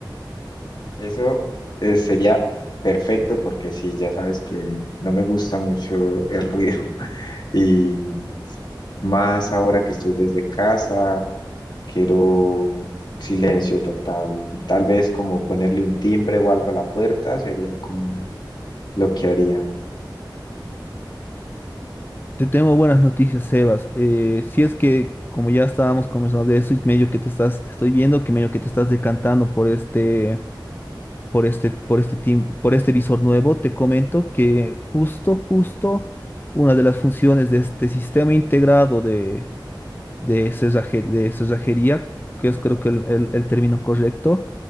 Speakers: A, on the left; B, on the left.
A: Eso eh, sería perfecto porque sí, ya sabes que no me gusta mucho el ruido <laughs> y más ahora que estoy desde casa. quiero silencio total. Tal vez como ponerle un timbre o algo a la puerta sería como lo que haría.
B: Te tengo buenas noticias, Sebas. Eh, si es que, como ya estábamos conversando de eso, y medio que te estás, estoy viendo que medio que te estás decantando por este, por este, por este tiempo, por este visor nuevo, te comento que justo, justo, una de las funciones de este sistema integrado de, de cerraje- de cerrajería, que es creo que el, el- el término correcto,